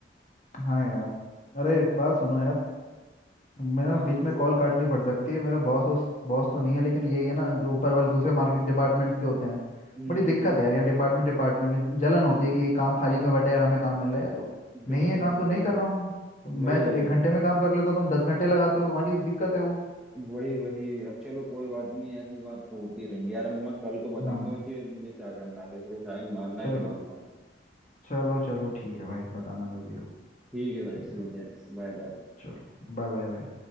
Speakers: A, on the left (about 40°); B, in the centre.
A: हाँ यार अरे बात सुनो यार मैं ना
B: हाँ
A: बीच
B: हाँ
A: में
B: बोलो
A: कॉल काटनी पड़ सकती है मेरा बॉस उस बॉस तो नहीं है लेकिन यही है ना जो ऊपर वाले दूसरे मार्केट डिपार्टमेंट्स के होते हैं
B: हम्म
A: बड़ी दिक्कत
B: हम्म हम्म
A: है यार यहाँ डिपार्टमेंट डिपार्टमेंट में जलन होती है कि एक काम खाली क्यों बैठा है यार हमें काम मिल रहा है तो
B: बिल्कुल
A: नहीं है काम
B: बिल्कुल
A: तो नहीं कर रहा हूँ तो मैं
B: वही
A: च-
B: है
A: एक घंटे में काम कर लेता हूँ तुम दस घंटे लगाते हो तुम्हारी दिक्कत है वो
B: वही वही अब चलो कोई बात नहीं ऐसी बात तो होती रहेंगी यार मैं तुम्हें कल को बताऊंगा
A: हाँ
B: कि मुझे क्या करना है फिर साइन मारना
A: चलो
B: है नहीं मारना है
A: चलो चलो ठीक है भाई बताना जो भी हो
B: ठीक है भाई
A: ठीक
B: ठीक
A: है
B: है Bye bye
A: चलो Bye bye bye